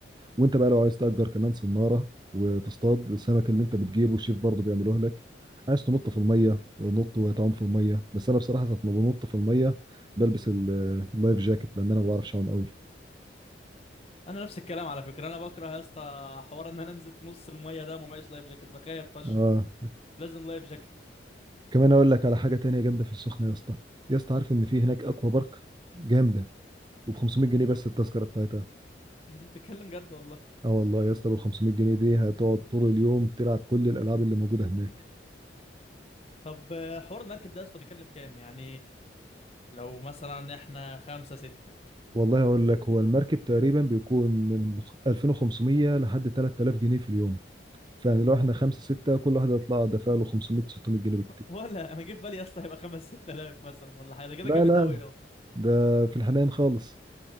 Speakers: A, on the right; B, on the left.
A: وانت بقى لو عايز تأجر كمان صناره وتصطاد السمك اللي انت بتجيبه الشيف برضه بيعملوه لك عايز تنط في الميه نط وتعوم في الميه بس انا بصراحه ساعه ما بنط في الميه بلبس ال- اللايف جاكيت لان انا ما بعرفش اعوم قوي
B: انا نفس الكلام على فكره انا بكره يا اسطى حوار ان انا انزل في نص الميه ده وما معيش لايف جاكيت بخاف فشخ
A: اه
B: لازم لايف جاكيت
A: كمان اقول لك على حاجه تانية جامده في السخنه يا اسطى يا اسطى عارف ان في هناك اكوا بارك جامده وب 500 جنيه بس التذكره بتاعتها
B: <laughs> انت بتتكلم جد والله
A: اه والله يا اسطى بال 500 جنيه دي هتقعد طول اليوم تلعب كل الالعاب اللي موجوده هناك
B: طب آه، حوار المركب ده اصلا بيكلف كام يعني لو مثلا احنا خمسة ستة
A: والله اقول لك هو المركب تقريبا بيكون من 2500 لحد 3000 جنيه في اليوم فيعني لو احنا خمسة ستة كل واحد هيطلع دافع له 500 600 جنيه بالكتير
B: ولا انا جه في بالي يا اسطى هيبقى خمس ستة آلاف مثلا ولا حاجة ده كده
A: لا
B: جامد
A: لا
B: قوي اهو
A: ده في الحنان خالص